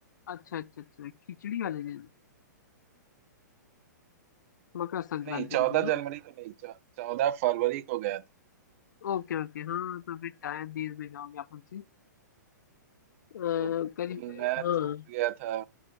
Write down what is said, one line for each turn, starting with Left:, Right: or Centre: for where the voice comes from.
Left: अच्छा अच्छा अच्छा खिचड़ी वाले दिन मकर संक्रांति
Right: नहीं चौदह
Left: के दिन ना।
Right: जनवरी को नहीं चौदह फरवरी को गया था
Left: ओके ओके हाँ तो फिर टाइम दे में जाओगे आप हमसे अ, करीब
Right: तो
Left: करीब
Right: मैं
Left: हाँ
Right: चूक गया था